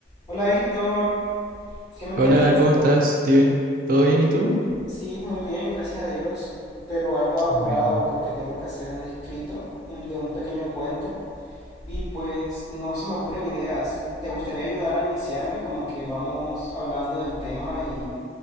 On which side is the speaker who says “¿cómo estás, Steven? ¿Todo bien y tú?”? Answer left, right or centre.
Right